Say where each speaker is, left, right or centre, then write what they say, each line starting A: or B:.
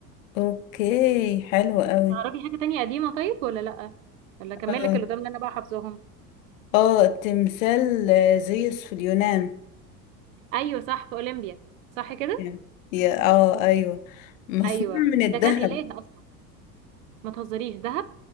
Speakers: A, on the left; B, on the right.
A: اوكي حلو أوي
B: تعرفي حاجة تانية قديمة طيب ولا لأ ولا أكمل
A: اه
B: لك اللي قدام اللي أنا بقى حافظاهم
A: اه تمثال آه، زيوس في اليونان
B: أيوة صح في أولمبيا صح كده
A: يعني. يا اه ايوه مصنوع
B: أيوة
A: من الذهب
B: ده كان إله أصلا ما تهزريش دهب